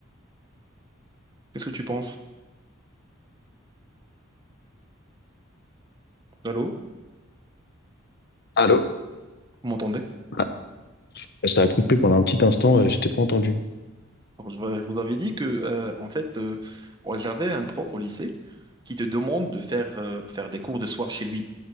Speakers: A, on the right; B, on the left.
A: Qu'est-ce que tu penses? Allô?
B: Allô?
A: Vous m'entendez?
B: Ah, ça a coupé pendant un petit instant, euh, je t'ai pas entendu.
A: Alors, je, je vous avais dit que euh, en fait, euh, ouais, j'avais un prof au lycée qui te demande de faire euh, faire des cours de soir chez lui.